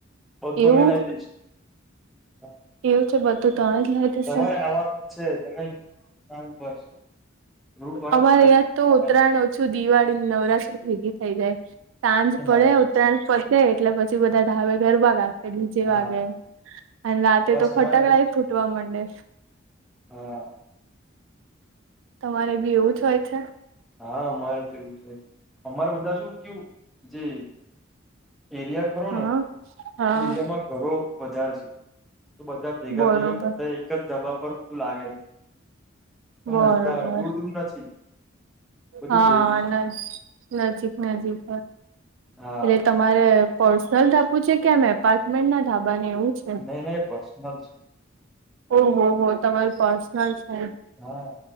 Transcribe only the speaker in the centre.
બધું
મિલાવી દેશ હા,
તમારે આવાનું છે. તમે આ બસ ગ્રુપ વાળા
કેટલા
ટાઈમથી
મળ્યા
નથી.
હા
હા
બસ
અમારે એવું જ છે
હા
હા અમારે તોવું છે. અમારે બધા શું કેવું જે એરિયા
નેિયામાં ઘરો વધારે છે. તો બધા ભેગા
ભેગા બધા એક જ ધબા પર બધું લાગે છે.
મજા આવે દૂર દૂર નથી બધું
ભેગું છે
હા
નહી નહી પર્સનલ છે.
હા